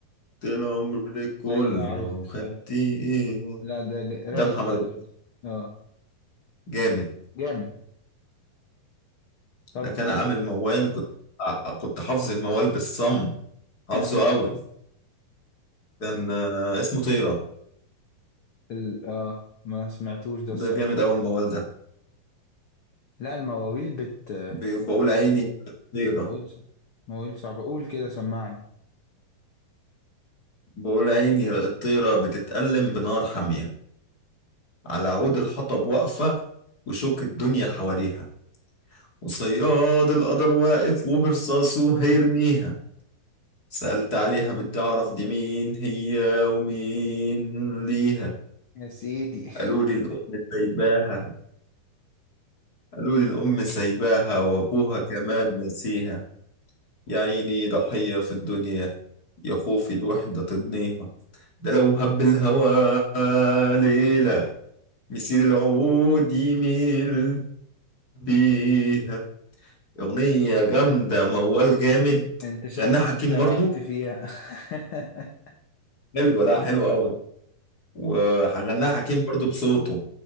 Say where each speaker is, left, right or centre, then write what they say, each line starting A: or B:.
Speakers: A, on the left; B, on the left.
A: العمر كله
B: ايوه عرفت
A: خدت
B: عرفت
A: ايه
B: لا ده ج- رايق
A: ده محمد
B: ده
A: الغزال.
B: اه
A: جامد
B: جامد طب
A: ده كان عامل موال كنت كنت حافظ الموال بالصم حافظه
B: <laughs>
A: قوي كان آه، اسمه طيرة
B: ال... اه ما سمعتوش ده
A: ده
B: الصراحة
A: جامد أوي الموال ده
B: لا المواويل بت
A: بي- بقول عيني طيرة
B: مواويل ص- مواويل صعبة قول كده سمعني
A: بقول عيني الطيرة بتتألم بنار حامية على عود الحطب واقفة وشوك الدنيا حواليها وصياد القدر واقف وبرصاصه هيرميها سألت عليها بدي أعرف دي مين هي ومين ليها
B: يا سيدي
A: قالوا لي الأم سايباها قالوا لي الأم سايباها وأبوها كمان نسيها يا عيني ضحية في الدنيا يا خوفي الوحدة تضنيها ده لو هب الهوى ليلة مسير العود يميل بيها أغنية جامدة موال جامد
B: <laughs> انت شكلك
A: غناها حكيم
B: دمجت
A: برضو
B: فيها <laughs>
A: حلوة لا حلوة قوي وغناها حكيم برضو بصوته